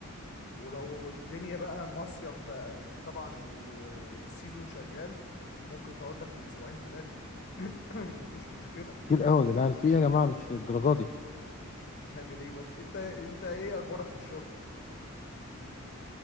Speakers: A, on the left; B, on the left.
A: ولو الدنيا بقى مصيف ط- طبعا و- والسيزون شغال ممكن تقعد لك بالاسبوعين ثلاثة <coughs> <clears throat> مفيش مشكلة
B: كتير قوي يا جدعان في إيه يا جماعه مش للدرجه دي
A: هنعمل ايه بس انت انت ايه اخبارك في الشغل